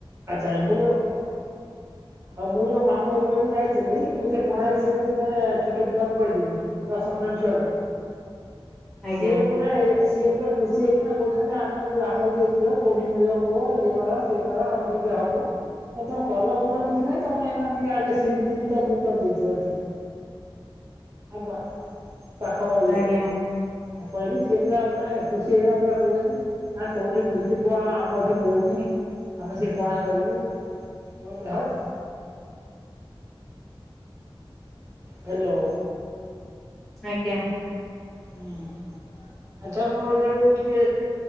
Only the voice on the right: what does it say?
ଆଛା ମୁଁ ଯୋଉ ଆଉ ମୁଁ ଯୋଉ ମାମୁଁ ଘରକୁ ଏବେ ଯାଇଥିଲି ମୁଁ ସେ ପଣା ବିଷୟରେ ଦିଟା ଛୋଟ ପିଲାଙ୍କୁ କହିଥିଲି। ଦଶମ ଶ୍ରେଣୀ ଛୁଆକୁ
ସିଏ ପୁରା ସିଏ ପୁରା ଖୁସି ହେଇକିନା କହୁଛନ୍ତି ଆମେ ଆମକୁ ଟିକେ ଦିଅ କୋଉଠି ମି କୁହ ଇଏ କର ସିଏ କର ଆମେ ଟିକେ ହବୁ ତମ କଲ କଲ କିଛି ନାଇଁ ତମେ ଯାଇ ଆମ ପାଇଁ ସିଟ ଦି ଟା ବୁକ୍ କରିଦେଇଥିବ ଏଠି। ହବ ପାଖ <inaudible>
ମୁଁ କହିଲି ସେ ପୁରା ମାନେ ଖୁସି ହେଇକିଁ ପୁରା କହୁଛନ୍ତି ଆ କୋଉଠି ମିଳୁଛି ପୁଅ ଆମର ଏଠି ମିଳୁନି ଆମେ ସେଠି ପଣା କରିବୁ ମୁଁ କହିଲି ହସ୍ ହାଲୋ
ହୁଁ ଆଚ୍ଛା ମୋର ଯୋଉ ଟିକେ